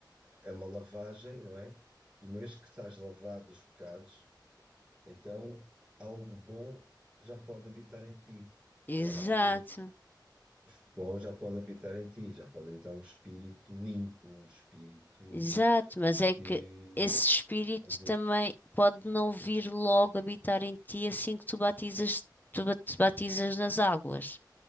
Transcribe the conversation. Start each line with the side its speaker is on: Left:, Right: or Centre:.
Right: é uma lavagem, não é? E uma vez que estás lavado dos pecados, então algo bom já pode habitar em ti,
Left: Exato,
Right: não é? Algo bom já pode habitar em ti, já pode habitar um espírito limpo, um espírito
Left: exato, mas é
Right: que.
Left: que esse espírito
Right: Uhum.
Left: também pode não vir logo habitar em ti assim que tu batizas, tu ba- te batizas nas águas.